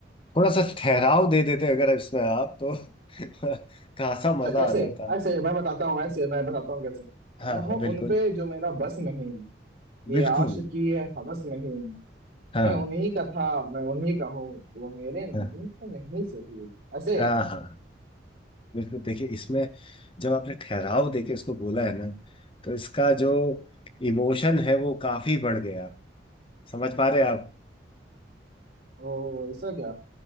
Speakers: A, on the left (about 25°); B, on the right (about 50°).
A: थोड़ा सा ठहराव दे देते अगर इसमें आप तो <laughs> खासा
B: अच्छा
A: मजा
B: कैसे
A: आ जाता
B: ऐसे मैं बताता हूँ ऐसे मैं बताता हूँ कैसे
A: हाँ
B: न
A: हाँ,
B: हो
A: बिल्कुल
B: उन पे जो मेरा बस नहीं कि
A: बिल्कुल
B: आशिकी है हवस नहीं
A: हाँ
B: मैं उन्हीं का था मैं उन्हीं का हूँ वो मेरे नहीं
A: हाँ
B: तो नहीं सही ऐसे
A: हाँ हाँ बिल्कुल देखिए इसमें जब आपने ठहराव देके इसको बोला है ना तो इसका जो इमोशन है वो काफी बढ़ गया समझ पा रहे हैं आप
B: ओ ऐसा क्या